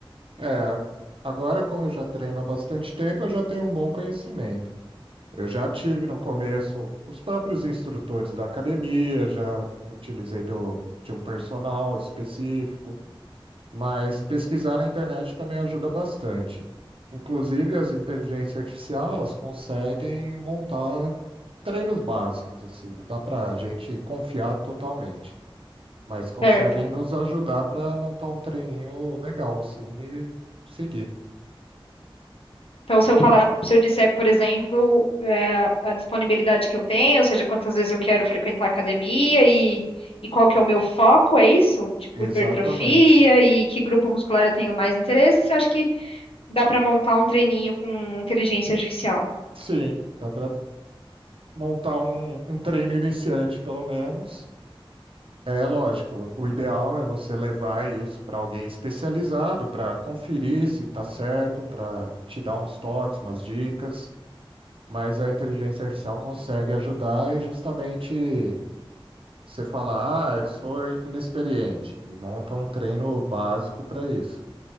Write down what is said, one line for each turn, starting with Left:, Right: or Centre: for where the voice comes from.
Right: É, a- agora, como eu já treino há bastante tempo, eu já tenho um bom conhecimento. Eu já tive no começo os próprios instrutores da academia, já utilizei do, de um personal específico. mas pesquisar na internet também ajuda bastante. Inclusive, as inteligências artificiais, elas conseguem montar treinos básicos, assim, não dá para a gente confiar totalmente, mas conseguem
Left: Certo.
Right: nos ajudar para montar um treininho legal, assim, e seguir.
Left: Então, se eu falar, se eu disser, por exemplo, é, a a disponibilidade que eu tenho, ou seja, quantas vezes eu quero frequentar a academia e, e qual que é o meu foco, é isso? Tipo,
Right: Exatamente.
Left: hipertrofia e que grupo muscular eu tenho mais interesse, acho que dá para montar um treininho com inteligência artificial.
Right: Sim, dá para montar um, um treino iniciante, pelo menos, É lógico, o ideal é você levar isso para alguém especializado para conferir se está certo, para te dar uns toques, umas dicas, mas a inteligência artificial consegue ajudar e justamente você falar, ah, eu sou inexperiente, me monta um treino básico para isso.